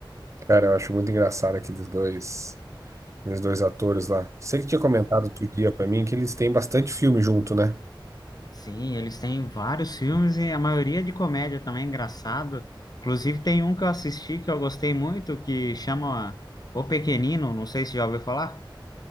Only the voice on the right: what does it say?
Cara, eu acho muito engraçado aqueles dois, aqueles dois atores lá. Você que tinha comentado outro dia pra mim que eles têm bastante filme junto, né?